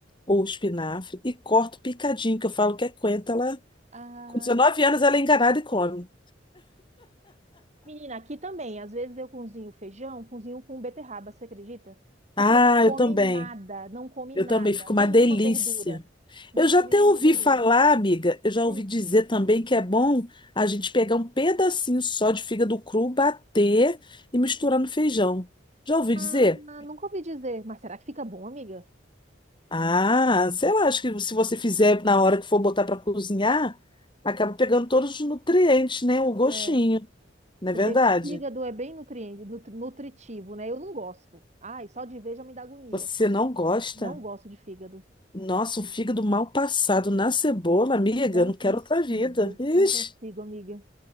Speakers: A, on the left (about 25°); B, on the right (about 40°).
A: ou espinafre e corto picadinho, que eu falo que é coentro, ela...
B: Ah,
A: Com 19 anos ela é enganada e come.
B: menina, aqui também. Às vezes eu cozinho feijão, cozinho com beterraba, você acredita? Porque
A: Ah,
B: não come
A: eu também.
B: nada, não come
A: Eu
B: nada,
A: também, fica
B: nenhuma
A: uma delícia.
B: verdura. Não
A: Eu
B: come
A: já até
B: nenhuma
A: ouvi
B: verdura.
A: falar, amiga, eu já
B: Hum.
A: ouvi dizer também que é bom a gente pegar um pedacinho só de fígado cru, bater e misturar no feijão. Já ouvi
B: Ah,
A: dizer?
B: nunca ouvi dizer, mas será que fica bom, amiga?
A: Ah, sei lá, acho que se você fizer na hora que for botar para cozinhar, acaba pegando todos os nutrientes, né? O gostinho,
B: É.
A: não
B: Porque
A: é verdade?
B: fígado é bem nutriente, nutri- nutritivo, né? Eu não gosto. Ai, só de ver já me dá agonia.
A: Você não gosta?
B: Não gosto de fígado.
A: Nossa, um fígado mal passado na cebola, amiga,
B: Não
A: eu não
B: consigo,
A: quero outra vida. Ixi.
B: não consigo, amiga.